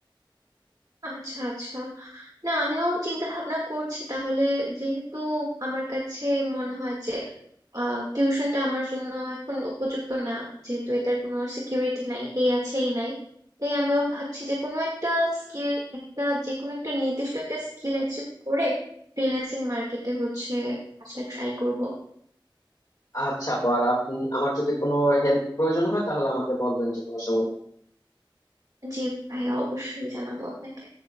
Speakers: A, on the right; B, on the left.
A: আচ্ছা আচ্ছা না আমিও চিন্তা ভাবনা করছি তাহলে যেহেতু আমার কাছে মনে হয় যে টিউশনটা আমার জন্য এখন উপযুক্ত না যেহেতু এটার কোনো সিকিউরিটি নাই এই আছে এই নাই তাই আমিও ভাবছি যে কোনো একটা স্কিল একটা যে কোনো একটা নির্দিষ্ট একটা স্কিল অ্যাচিভ করে ফ্রিল্যান্সিং মার্কেটে হচ্ছে আচ্ছা ট্রাই করব
B: আচ্ছা পর আপনি আমার যদি কোনো হেল্প প্রয়োজন হয় তাহলে আমাকে বলবেন যে কোনো সময়
A: জি ভাইয়া অবশ্যই জানাবো আপনাকে